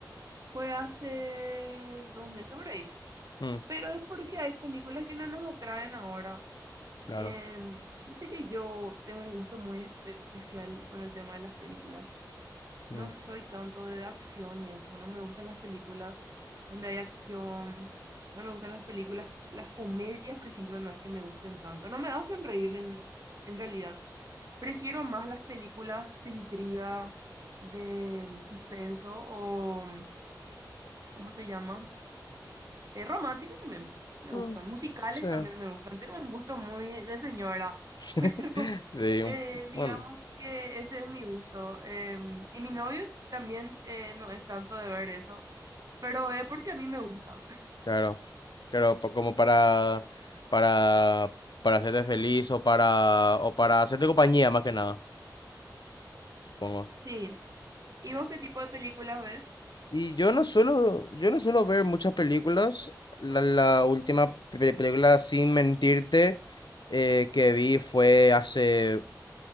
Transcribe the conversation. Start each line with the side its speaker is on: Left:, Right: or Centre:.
Right: fue hace dos meses por ahí.
Left: mm,
Right: pero es porque hay películas que no nos atraen ahora.
Left: claro.
Right: Em, viste que yo tengo un gusto muy especial con el tema de las películas. No
Left: mm,
Right: soy tanto de acción y eso, no me gustan las películas donde hay acción, no me gustan las películas, las comedias, por ejemplo, no es que me gusten tanto, no me hacen reír en, en realidad. Prefiero más las películas de intriga, de mm, suspenso o, mm, ¿cómo se llama? Eh, románticos también me
Left: mm,
Right: gustan, musicales
Left: sí.
Right: también me gustan. Tengo un gusto muy de señora,
Left: <laughs>
Right: <laughs> pero
Left: Sí, un-
Right: eh, digamos
Left: bueno,
Right: que ese es mi gusto. Em, y mi novio t- también eh, no es tanto de ver eso, pero ve porque a mí me gusta.
Left: claro. Claro, pa- como para, para, para hacerte feliz o para, o para hacerte compañía más que nada, supongo.
Right: Sí. ¿Y vos qué tipo de películas ves?
Left: Y yo no suelo, yo no suelo ver muchas películas. La, la última pe- película, sin mentirte, eh, que vi fue hace,